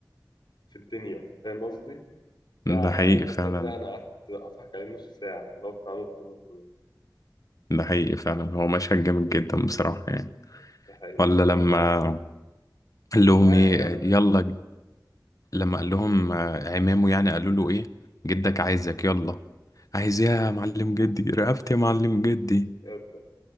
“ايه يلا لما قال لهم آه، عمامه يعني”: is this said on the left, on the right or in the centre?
Left